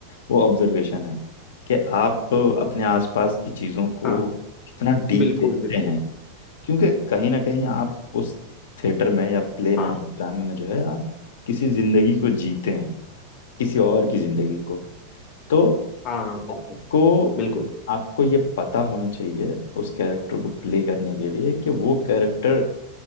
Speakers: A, on the left; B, on the left.
A: वो ऑब्जर्वेशन है कि आप अपने आसपास की चीज़ों को
B: हाँ
A: कितना डीप
B: बिल्कुल
A: देखते
B: बिल्कुल
A: हैं क्योंकि कहीं ना कहीं आप उस थिएटर में या प्ले में
B: हाँ
A: ड्रामे में जो है आप किसी ज़िंदगी को जीते हैं किसी और की ज़िंदगी को तो
B: हाँ बिल्कुल
A: आपको
B: बिल्कुल
A: आपको ये पता होना चाहिए उस कैरेक्टर को प्ले करने के लिए कि वो कैरेक्टर